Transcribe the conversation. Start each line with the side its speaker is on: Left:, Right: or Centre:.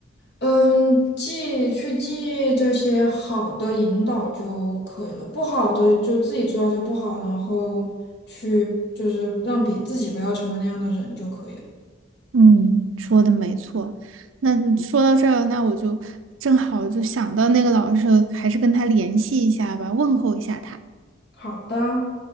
Left: 嗯，记去记这些好的引导就可以了，不好的就自己知道就不好，然后去就是让比自己不要成为那样的人就可以了。
Right: 嗯，说的没错。那嗯说到这儿，那我就正好就想到那个老师了还是跟他联系一下吧，问候一下他。
Left: 好的。